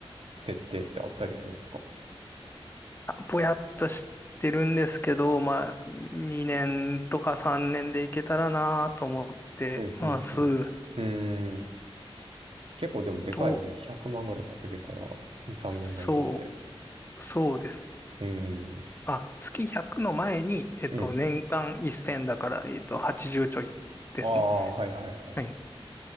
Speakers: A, on the right (about 65°); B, on the left (about 25°).
A: 設定ってあったりするんですか
B: ぼやっとしてるんですけど、まあ、2年とか3年でいけたらなと思ってます。
A: うんうんうん。うん。結構でもでかいよね。
B: と、
A: 100万ぐらい稼げたら、2、3年内でって。
B: そう、そうですね。
A: うん。
B: あ、月100の前に、えっと、
A: うん。
B: 年間1000だから、えっと、80ちじゅうちょいですね。
A: ああ、はいはいはいはい。
B: はい。い